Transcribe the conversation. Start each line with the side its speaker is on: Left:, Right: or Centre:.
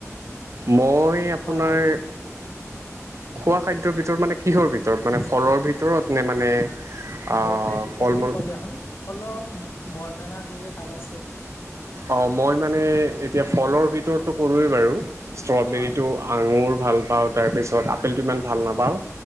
Right: মই আপোনাৰ
Left: খোৱা খাদ্য?
Right: খোৱা খাদ্যৰ ভিতৰত মানে কিহৰ ভিতৰত? মানে ফলৰ ভিতৰত নে মানে আহ
Left: দুয়োটাই ভিতৰতে
Right: ফল মূল
Left: ক'লে হ'ল। অলপ বৰ্ণনা দিলে ভাল আছিল।
Right: অ' মই মানে এতিয়া ফলৰ ভিতৰতটো কলোৱেই বাৰু। ষ্ট্ৰবেৰীটো,
Left: হয়
Right: আঙুৰ ভাল পাওঁ। তাৰপিছত আপেলটো ইমান ভাল নাপাওঁ।